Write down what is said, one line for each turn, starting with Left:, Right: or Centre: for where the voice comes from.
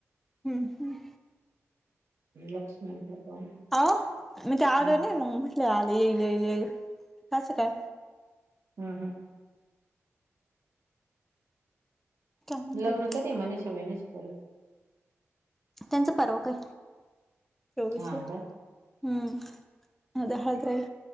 Centre: हम् हम्
Right: लक्ष नाही दिलं तर
Centre: अ मी ते आलो
Right: हं,
Centre: ना मग म्हटलं आलं येईल येईल येईल कायचं काय
Right: हां हां
Centre: काय म्हणता
Right: लग्न कधी मणेषवाईनेच कर
Centre: त्यांचं पर्व काय चोवीसला
Right: हा का
Centre: हम्म अ दहाद्रहि